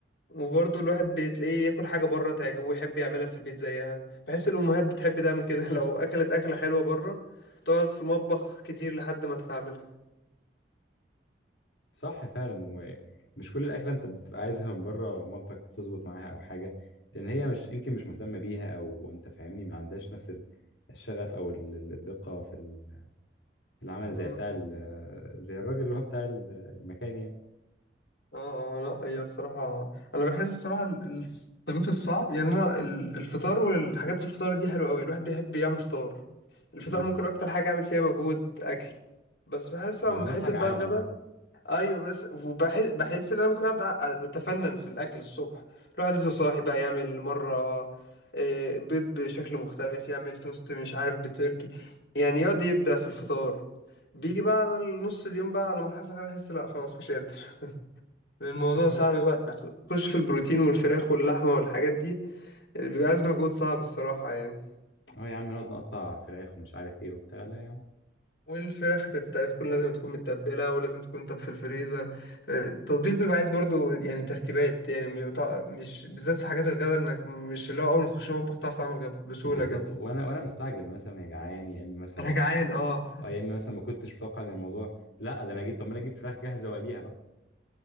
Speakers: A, on the left; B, on the left.
A: وبرضه الواحد بتلاقيه ياكل حاجة بره تعجبه ويحب يعملها في البيت زيها بحس الأمهات بتحب تعمل كده <laughs> لو أكلت أكلة حلوة بره تقعد في المطبخ كتير لحد ما تعملها
B: صح فعلا ومش كل الاكله انت بتبقى عايزها من بره مامتك بتظبط معاها او حاجه لان هي مش يمكن مش مهتمه بيها او انت فاهمني ما عندهاش نفس ال- الشغف او ال- ال- الدقه في ال- في العمل
A: امم
B: زي بتاع ال- زي الراجل اللي هو بتاع ال- المكان يعني
A: اه آه، لا هي الصراحة أنا بحس الصراحة ال- ال- الطبيخ الصعب يعني أنا ال- الفطار والحاجات الفطار دي حلوة أوي الواحد بيحب يعمل فطار الفطار
B: امم
A: ممكن أكتر حاجة أعمل فيها مجهود أكل بس بحس أما
B: ما انا بصحى
A: حتة
B: جعان
A: بقى الغدا
B: اه
A: ايوه بس وبحس بحس ان انا ممكن ابدا اتفنن في الاكل الصبح الواحد لسه صاحي بقى يعمل مره آه، بيض بشكل مختلف يعمل توست مش عارف بتركي يعني يقعد يبدع في الفطار بيجي بقى على نص اليوم بقى على مرحله كده احس لا خلاص مش قادر <laughs> الموضوع
B: صح فعلا
A: صعب بقى تخش في البروتين والفراخ واللحمه والحاجات دي اللي بيبقى عايز مجهود صعب الصراحه يعني
B: اه يا عم نقعد نقطع فراخ ومش عارف ايه وبتاع لا يا عم
A: والفراخ تت- تكون لازم تكون متبلة ولازم تكون طب في الفريزر التطبيق بيبقى عايز برضو يعني ترتيبات يعني م- طع- مش بالذات في حاجات الغدا انك مش اللي هو اول ما تخش المطبخ تعرف تعمل غدا بسهولة
B: بالظبط
A: جدا
B: وانا وانا مستعجل مثلا يا جعان يا اما مثلا
A: انا جعان اه
B: اه يا اما مثلا ما كنتش متوقع ان الموضوع لا ده انا اجيب طب ما انا اجيب فراخ جاهزه واقليها بقى